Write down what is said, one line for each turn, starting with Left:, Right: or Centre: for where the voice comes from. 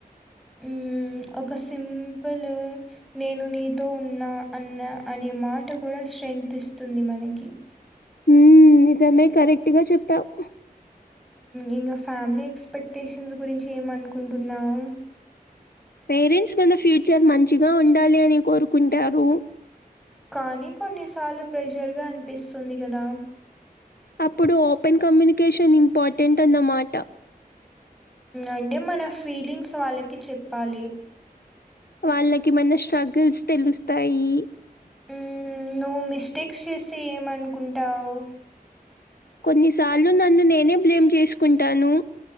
Centre: ఉమ్. ఒక సింపుల్ నేను నీతో ఉన్నా అన్న అనే మాట కూడా. స్ట్రెంత్ ఇస్తుంది మనకి.
Left: ఉమ్ నిజమే కరెక్ట్గా చెప్పావు.
Centre: ఇంకా ఫ్యామిలీ ఎక్స్పెక్టేషన్స్ గురించి ఏమనుకుంటున్నావు.
Left: పేరెంట్స్ మాన ఫ్యూచర్ మంచిగా ఉండాలి అని కోరుకుంటారు.
Centre: కానీ కొన్నిసార్లు ప్రెజర్ గా అనిపిస్తుంది కదా.
Left: అప్పుడు ఓపెన్ కమ్యూనికేషన్ ఇంపార్టెంట్ అన్నమాట.
Centre: అంటే మన ఫీలింగ్స్ వాళ్ళకి చెప్పాలి.
Left: వాళ్ళకి మన స్ట్రగుల్స్ తెలుస్తాయి.
Centre: హ్మ్. నువ్వు మిస్టేక్స్ చేస్తే ఏమనుకుంటావు.
Left: కొన్నిసార్లు నన్ను నేనే బ్లేమ్ చేసుకుంటాను.